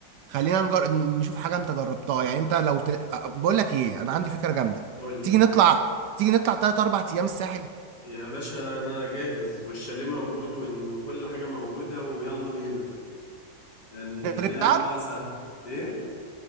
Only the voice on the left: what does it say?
قول لي
يا باشا انا جاهز والشاليه موجود وإن- وكل حاجه موجوده ويلا بينا يعني
دي
امرها سهل ايه